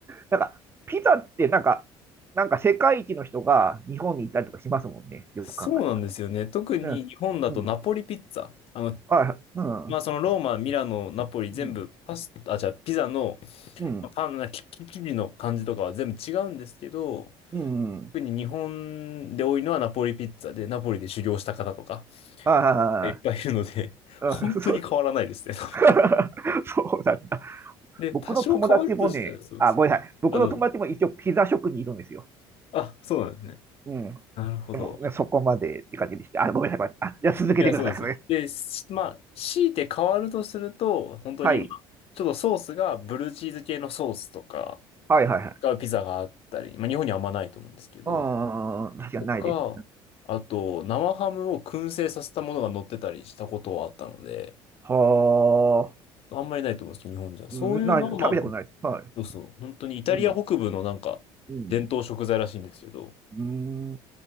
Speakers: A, on the right; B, on the left.
A: なんか、ピザってなんか、なんか世界一の人が日本にいたりとかしますもんね。よく考えたら。
B: そうなんですよね。特に日本だとナポリピッツァ。
A: うん。うん。
B: あの、
A: はい。うん。
B: まあ、そのローマ、ミラノ、ナポリ全部パスタ、
A: うん。
B: あ、じゃあピザの、
A: う
B: まあ、パンな、きき生地の感じとかは全部違うんですけど、
A: ん。うん。
B: 特に日本で多いのはナポリピッツァで、ナポリで修行した方とか
A: あ
B: いっぱいいるので、
A: あ。
B: <laughs>
A: うんそう
B: 本当に変わらないですね。
A: <laughs> そうなんだ。
B: <laughs> で、
A: 僕の友達もね、
B: 多少変わるとしたら、そうそう。
A: あ、ごめんなさい。僕の友達も一応ピザ職にいるんですよ。
B: あと、あ、そうなんですね。
A: うん。
B: なるほど。
A: でも、ね、そこまでって感じでして。あ、ごめんなさい。ごめんなさいあ、じゃあ続けてください。
B: いや、そうですよ。で、しまあ、強いて変わるとすると、本当に、
A: はい。
B: まあ、ちょっとソースがブルーチーズ系のソースとか
A: はいはいはい。
B: がピザがあったり、まあ、日本にはあんまないと思うんですけど、
A: ああ、確かにないです。
B: とか、あと、生ハムを燻製させたものが乗ってたりしたことはあったので、
A: はあ、
B: あんまりないと思うんですけど、日本じゃ。そういうのは、
A: うん、ない、食べたことないです。
B: まあ、
A: はい。
B: そうそう、本当にイタリア北部のなんか、
A: うん。うん。
B: 伝統食材らしいんですけど、
A: うん。